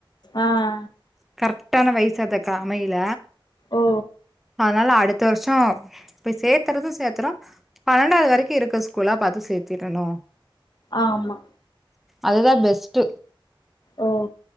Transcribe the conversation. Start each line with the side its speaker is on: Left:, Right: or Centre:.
Left: ஆ ஆ
Centre: கரெக்டான வயச அதக் அமையல
Left: ஓ
Centre: அதனால அடுத்த வர்ஷோ போய் சேத்தறது சேத்ரோ பன்னெண்டாவது வ ரைக்கு இருக்க ஸ்கூலா பாத்து சேத்திரணு
Left: ஆமா
Centre: அது தா பெஸ்ட்டு
Left: ஓ